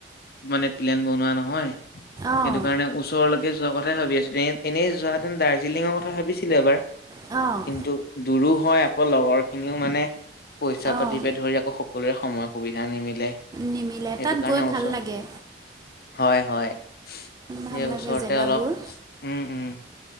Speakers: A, on the left; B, on the right.
A: মানে প্লেন বনোৱা নহয়, সেইটো
B: অঁ
A: কাৰণে ওচৰলৈকে যোৱা কথাই ভাবি আছিলোঁ এনেই যোৱা হেঁতেন দাৰ্জিলিঙৰ কথা ভাবিছিলোঁ এবাৰ।
B: অ'।
A: কিন্তু দূৰো হয় আকৌ লগৰ খিনিও মানে পইচা
B: অঁ
A: পাতি পে ধৰি আকৌ সকলোৰে সময় সুবিধা নিমিলে। সেইটো
B: নিমিলে তাত
A: কাৰণে
B: গৈ ভাল
A: ওচৰত
B: লাগে
A: হয়, হয়। সেই
B: ভাল লাগে
A: ওচৰতে
B: জেগাবোৰ
A: অলপ উম, উম।